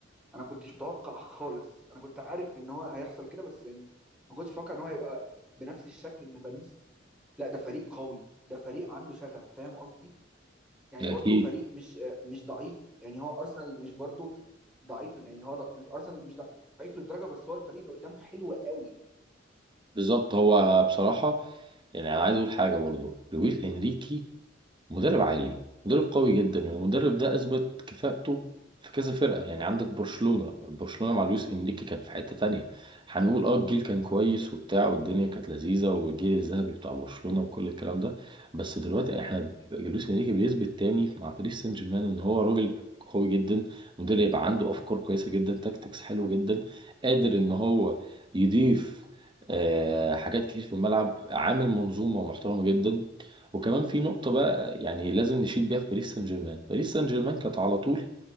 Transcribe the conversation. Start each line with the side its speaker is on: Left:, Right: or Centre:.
Centre: انا كنتش متوقع خالص انا كنت عارف ان هو هيحصل كده بس يعني ما كنتش متوقع ان هو يبقى بنفس الشكل ان باريس لا ده فريق قوي ده فريق عنده شغف فاهم قصدي يعني
Right: اكيد
Centre: برضو فريق مش آه، مش ضعيف يعني هو ارسنال مش برضو ضعيف يعني هو ض- مش ارسنال مش ضعيف للدرجه بس هو الفريق اللي قدامه حلو قوي
Right: بالظبط هو بصراحة يعني انا عايز اقول حاجة برضو لويس انريكي مدرب عالي مدرب قوي جدا والمدرب ده اثبت كفاءته في كذا فرقه يعني عندك برشلونه برشلونه مع لويس انريكي كانت في حته تانية هنقول اه الجيل كان كويس وبتاع والدنيا كانت لذيذه والجيل الذهبي بتاع برشلونه وكل الكلام ده بس دلوقتي احنا لويس انريكي بيثبت تاني مع باريس سان جيرمان ان هو راجل قوي جدا مدرب يبقى عنده افكار كويسه جدا تاكتكس حلوه جدا قادر ان هو يضيف آه، حاجات كتير في الملعب عامل منظومه محترمه جدا وكمان في نقطة بقى يعني لازم نشيد بيها في باريس سان جيرمان، باريس سان جيرمان كانت على طول